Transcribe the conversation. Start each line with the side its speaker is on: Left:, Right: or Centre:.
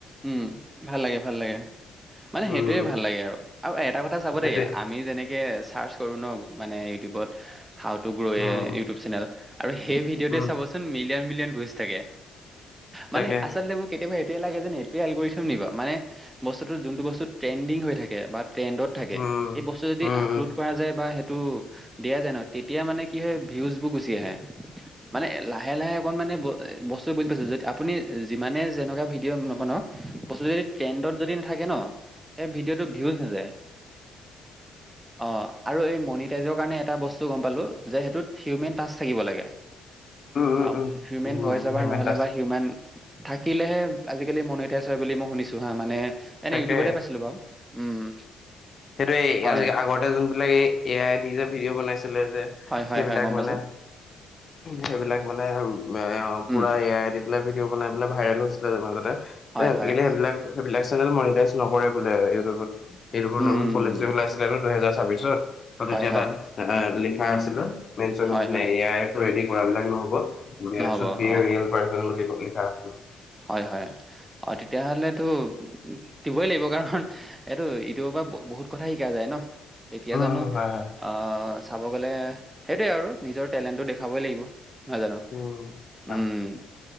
Right: উম, ভাল লাগে, ভাল লাগে। মানে
Left: উম
Right: সেইটোৱেই ভাল লাগে আৰু, আৰু এটা কথা চাব
Left: সেইটোৱে
Right: দেই, আমি যেনেকে ছাৰ্জ কৰোঁ ন', মানে ইউটিউবত, how to grow
Left: um
Right: A
Left: um
Right: YouTube channel, আৰু সেই ভিডিঅ'তে
Left: উম,
Right: চাবচোন মিলিয়ন-মিলিয়ন ভিউজ থাকে
Left: তাকে
Right: মানে, আচলতে মোৰ কেতিয়াবা তে, লাগে যেন এইটোৱে এলগৰিদম নি বাৰু, মানে বস্তুটো যোনটো বস্তু ট্ৰেণ্ডিং হৈ থাকে। বাট ট্ৰেণ্ডত থাকে।
Left: উম
Right: সেই বস্তু যদি
Left: উম
Right: আপলোড্
Left: উম
Right: কৰা যায় বা সেই টো দিয়া যায় ন? তেতিয়া মানে কি হয় ভিউজ বোৰ গুচি আহে। মানে লাহে লাহে অকণ মানে, বস্তুবোৰ বুজি পাইছে যদি আপুনি যিমানে যেনেকুৱা ভিডিঅ' নবনাওক বস্তু যদি ট্ৰেণ্ডত যদি নাথাকে ন, সেই ভিডিঅ'টো ভিউজ নেযায়। অ', আৰু এই মনিটাইজৰ কাৰণে এটা বস্তু গম পালো যে, সেইটোত হিউমেন টাচ থাকিব লাগে।
Left: উম
Right: অ', হিউমেন ভইচ অভাৰ
Left: হিউমেন
Right: নহ'লে
Left: টাচ
Right: বা হিউমেন থাকিলেহে, আজিকালি মণিটাইচ হয় বুলি মোক শুনিছোঁ হা, মানে এনে
Left: তাকে
Right: ইউটিউবতে পাইছিলো বাৰু উম',
Left: সেইটোৱে
Right: হয়
Left: আজ আগতে যোনবিলাক এই এ আই দি যে ভিডিঅ' বনাইছিলে যে
Right: হয় হয়
Left: সেইবিলাক
Right: হয় গম
Left: মানে
Right: পাইছো
Left: সেইবিলাক মানে হ'ল এই পোৰা
Right: উম
Left: এ আই দি পেলাই ভিডিঅ' বনাই পেলাই, ভাইৰেল হৈছিলে, মাজতে <unintelligible>
Right: হয়
Left: সেইবিলাক
Right: হয়
Left: হেইবিলাক চেনেল মনিতাইজ নকৰে বোলে, ইউটিউবত ইউটিউব
Right: উম
Left: নতুনপলিচি ওলাইছিলে দুহেজাৰ তাৰপিছত তাত
Right: হয় হয়
Left: লিখা আছিল <unintelligible>
Right: হয় হয়
Left: এ আই টো ৰেদি মুৰা বিলাক নহ'ব। ৰিয়েল
Right: নহ'ব অ
Left: পাৰ্চন বুলি লিখা আছিল।
Right: হয়, হয়। অ' তেতিয়া হ'লে টো। দিবই লাগিব কাৰণ, এইটো ইউটিউবৰ পৰা বহুত কথা শিকা যায় ন। এতিয়া
Left: উম
Right: জানোঁ।
Left: উম হয় হয়।
Right: আহ, চাব গ'লে সেইটোৱে আৰু নিজৰ টেলেণ্টটো দেখাবই লাগিব। নহয় জানো
Left: উ, হয়,
Right: উম